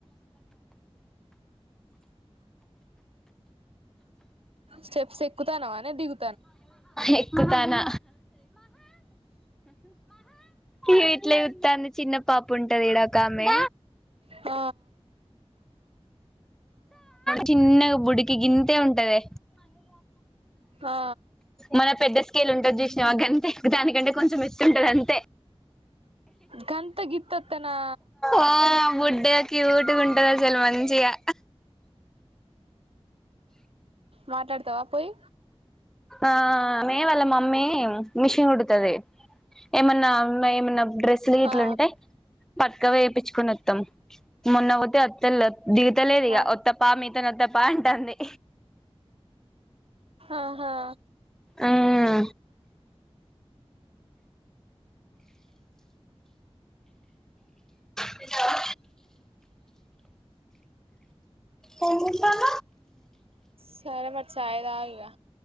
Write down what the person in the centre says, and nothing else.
ఎక్కుతానా ఈగ ఇట్లా చూద్దాది చిన్న పాపు ఉంటది ఇడ ఒక ఆమె
చిన్నగా బుడికి గింతే ఉంటదె
మన పెద్ద స్కేల్ ఉంటుంది చూసినవా గంతే దానికంటే కొంచెం ఎత్తు ఉంటంది అంతే
ఆ బుడ్డగా క్యూట్గా ఉంటంది అసలు మంచిగా
ఆ మే వాళ్ళ మమ్మీ మిషన్ కుడుతది ఏమన్నా ఏమన్నా డ్రెస్సులు గీట్లు
ఉంటే పట్క వొయి ఏపిచ్చుకొని వత్తాం మొన్న పోతే అత్త దిగుతలేదు
వత్త పా మీతోనే వస్తా పా అంటుంది
ఆహ తింటావా ఏంది పాప